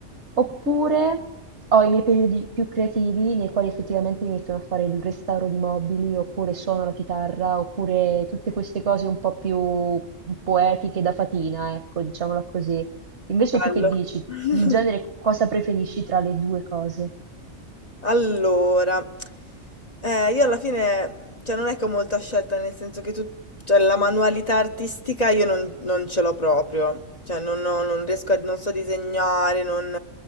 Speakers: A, on the right; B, on the left.
A: oppure ho i miei periodi più creativi nei quali effettivamente mi metto a fare il restauro di mobili, oppure suono la chitarra, oppure tutte queste cose un po' più poetiche da fatina, ecco, diciamola così. Invece
B: Bello.
A: tu che dici?
B: <laughs>
A: In genere cosa preferisci tra le 2 cose?
B: Allora, eh, io alla fine, cioè non è che ho molta scelta, nel senso che tu, cioè la manualità artistica io non, non ce l'ho proprio, cioè non, ho- non riesco a, non so disegnare, non,